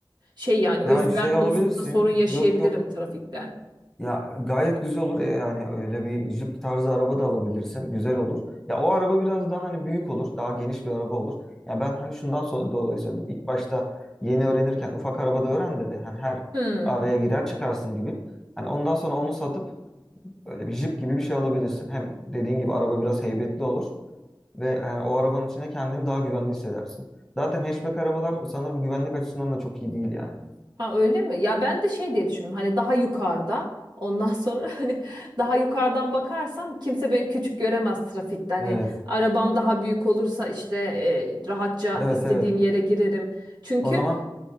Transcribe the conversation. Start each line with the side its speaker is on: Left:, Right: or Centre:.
Right: şey yani özgüven
Centre: Ya şey
Right: konusunda
Centre: alabilirsin.
Right: sorun yaşayabilirim
Centre: Yok yok.
Right: trafikte.
Centre: Ya gayet güzel olur. E, Yani öyle bir jip tarzı araba da alabilirsin. Güzel olur. Ya o araba biraz daha hani büyük olur. Daha geniş bir araba olur. Ya ben hani şundan so- dolayı söyledim. İlk başta yeni öğrenirken ufak arabada öğren de hani her
Right: Hmm.
Centre: araya girer çıkarsın gibi. Hani ondan sonra onu satıp böyle bir jip gibi bir şey alabilirsin. Hem dediğin gibi araba biraz heybetli olur. Ve yani o arabanın içine kendini daha güvenli hissedersin. Zaten hatchback arabalar sanırım güvenlik açısından da çok iyi değil yani.
Right: Ha öyle mi? Ya ben de şey diye düşündüm. Hani daha yukarıda ondan sonra <laughs> hani daha yukarıdan bakarsam kimse beni küçük göremez trafikte. Hani
Centre: Evet.
Right: arabam daha büyük olursa işte e, rahatça
Centre: Evet
Right: istediğim
Centre: evet.
Right: yere girerim. Çünkü
Centre: O zaman